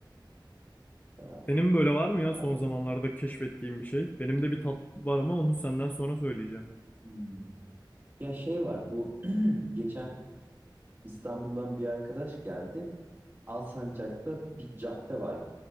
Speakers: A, on the right; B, on the left.
A: Aa,
B: Senin böyle var mı ya
A: Maalesef.
B: son zamanlarda keşfettiğin bir şey? Benim de bir tat var ama onu senden sonra söyleyeceğim.
A: Hmm. Ya şey var bu <clears throat> geçen İstanbul'dan bir arkadaş geldi. Alsancak'ta bir cadde var